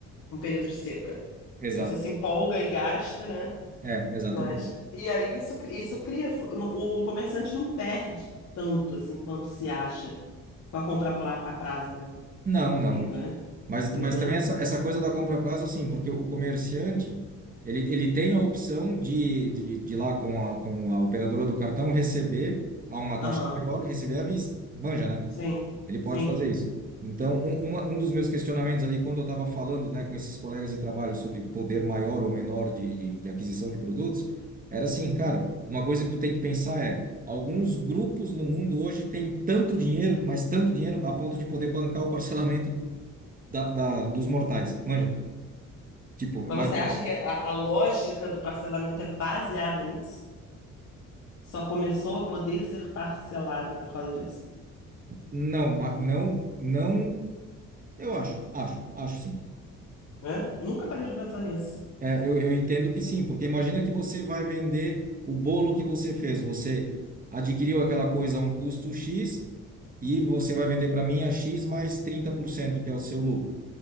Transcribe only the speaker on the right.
Exato.
É, exatamente.
Não, não.
não.
Mas,
mas
também
essa, essa
coisa da compra a prazo, sim, porque o comerciante, ele, ele tem a opção de, de, de ir lá com a, com a operadora do cartão receber a uma taxa
maior e receber à vista. Manja, né?
Ele pode
fazer isso. Então, um, uma, um dos meus questionamentos ali, quando eu estava falando, né, com esses colegas de trabalho sobre poder maior ou menor de, de, de aquisição de produtos, era assim, cara, uma coisa que tu tem que pensar é, alguns grupos no mundo hoje têm tanto dinheiro, mas tanto dinheiro, a ponto de poder bancar o parcelamento da, da- dos mortais, manja. Tipo,
mas
não, ma- não, não, eu acho, acho, acho sim.
É, eu, eu entendo que sim, porque imagina que você vai vender o bolo que você fez, você adquiriu aquela coisa a um custo X e você vai vender para mim a X mais 30%, que é o seu lucro.